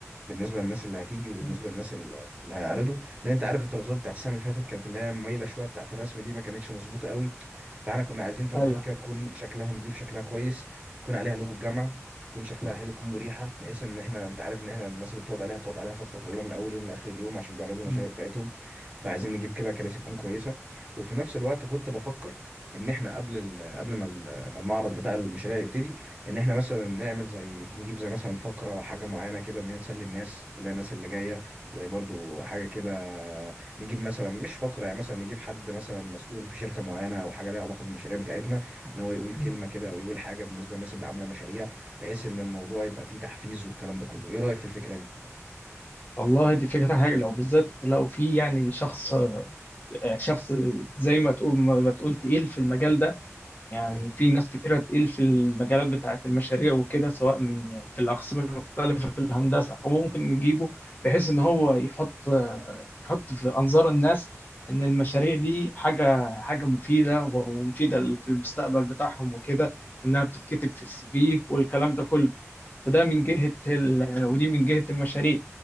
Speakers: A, on the right; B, on the left.
A: بالنسبه للناس اللي هتيجي وبالنسبه
B: مم.
A: للناس اللي اللي هيعرضوا لان انت عارف الترابيزات بتاعت السنه اللي فاتت كانت اللي هي مايله شويه بتاعت الرسم دي ما كانتش مظبوطه قوي فاحنا كنا عايزين ترابيزات
B: ايوه
A: كده تكون شكلها نظيف شكلها كويس يكون عليها لوجو الجامعه يكون شكلها حلو يكون مريحه بحيث ان احنا انت عارف ان احنا الناس اللي بتقعد عليها بتقعد عليها فتره طويله من اول يوم لاخر اليوم عشان بيعرضوا المشاريع
B: مم.
A: بتاعتهم فعايزين
B: بالظبط.
A: نجيب كده كراسي تكون كويسه وفي نفس الوقت كنت بفكر ان احنا قبل ال- قبل ما ال- ما المعرض بتاع المشاريع يبتدي ان احنا مثلا نعمل زي نجيب زي مثلا فقره حاجه معينه كده ان هي تسلي الناس اللي هي الناس اللي جايه زي برضو حاجه كده نجيب مثلا مش فقره يعني مثلا نجيب حد مثلا مسؤول في شركه معينه او حاجه ليها علاقه بالمشاريع بتاعتنا ان هو يقول كلمه
B: مم.
A: كده او يقول حاجه بالنسبه للناس اللي عامله مشاريع بحيث ان الموضوع يبقى فيه تحفيز والكلام ده كله ايه رايك في الفكره دي
B: والله دي فكرة حاجة لو بالذات لو في يعني شخص آه، شخص زي ما تقول ما تقول تقيل في المجال ده يعني
A: مم.
B: في ناس كتيرة تقيل في المجالات بتاعة المشاريع وكده سواء من في الأقسام المختلفة في الهندسة فممكن نجيبه بحيث إن هو يحط يحط في أنظار الناس إن المشاريع دي حاجة حاجة مفيدة ومفيدة في المستقبل بتاعهم وكده وإنها بتتكتب في السي في والكلام ده كله فده من جهة
A: مم.
B: ال... ودي من جهة المشاريع